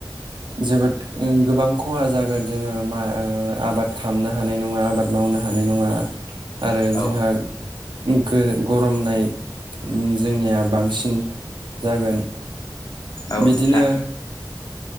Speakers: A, on the right; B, on the left.
A: जोबोद गोबां खहा जागोन जोङो मा ओ आबाद खालामामनो हानाय नङा। आबाद मावनो हानाय नङा आरो
B: औ
A: जोंहा गो गरमनाय जोंनिया बांसिन जागोन।
B: औ
A: बिदिनो
B: नोंथां